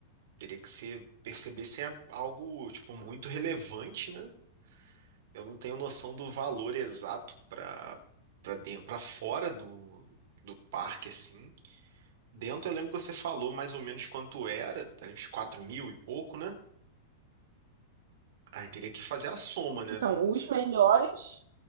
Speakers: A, on the right; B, on the right.
A: teria que ser, perceber se é algo, tipo, muito relevante, né? Eu não tenho noção do valor exato para para dentro, para fora do, do parque, assim. Dentro, eu lembro que você falou mais ou menos quanto era, tá, uns 4 mil e pouco, né? Aí teria que fazer a soma, né?
B: Então, os melhores,